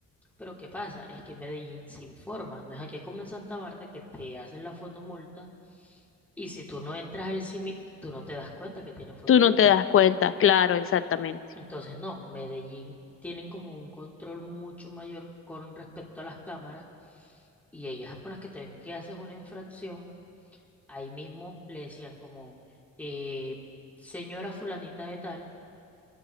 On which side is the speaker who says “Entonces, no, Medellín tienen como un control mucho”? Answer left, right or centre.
Centre